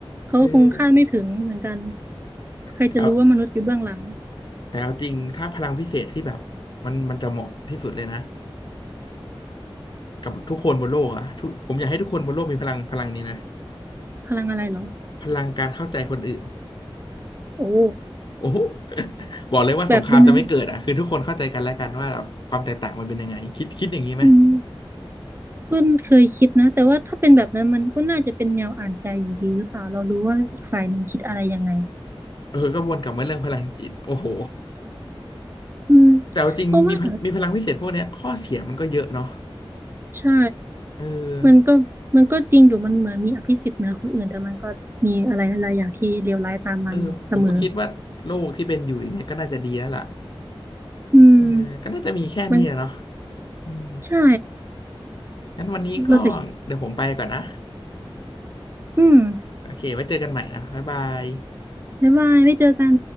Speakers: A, on the right; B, on the left.
A: เขาคงคาดไม่ถึงเหมือนกัน
B: เออ
A: ใครจะรู้ว่ามนุษย์อยู่เบื้องหลัง
B: แต่เอาแต่เอาจริงถ้าพลังพิเศษที่แบบมันมันจะเหมาะที่สุดเลยนะกับทุกคนบนโลกอะทุกผมอยากให้ทุกคนบนโลกมีพลังพลังนี้นะ
A: พลังอะไรเหรอ
B: พลังการเข้าใจคนอื่น
A: โอ้
B: โอ้โห <laughs> บอกเลยว่าสงครามจะไม่เกิดอ่ะคือทุกคนเข้าใจกันแล้วกันว่าแบบความแตกต่างมันเป็นยังไงคิดคิดอย่างนี้ไหม
A: แบบยังไงอืมก็เคยคิดนะแต่ว่าถ้าเป็นแบบนั้นมันก็น่าจะเป็นแนวอ่านใจอยู่ดีหรือเปล่าเรารู้ว่าอีกฝ่ายหนึ่งคิดอะไรยังไง
B: เออก็วนกลับมาเรื่องพลังจิตโอ้โห
A: อืม
B: <laughs> แต่เอาจริงมีพลมีพลังพิเศษพวกเนี้ยข้อเสียมันก็เยอะเนาะ
A: เพราะว่าใช่
B: เออ
A: มันก็มันก็จริงอยู่มันเหมือนมีอภิสิทธิ์เหนือคนอื่นแต่มันก็มีอะไรหลายๆอย่างที่เลวร้ายตามมาเสมอ
B: เออผมก็คิดว่าโลกที่เป็นอยู่อย่างเงี้ยก็น่าจะดีแล้วล่ะ
A: อืม
B: เออก็น่าจะมีแค่นี้อะเนาะ
A: มัน
B: อืม
A: ใช่
B: งั้นวันนี้ก็
A: เราจะ
B: เดี๋ยวผมไปก่อนนะ
A: อืม
B: โอเคไว้เจอกันใหม่นะบ๊ายบาย
A: บ๊ายบายไม่เจอกัน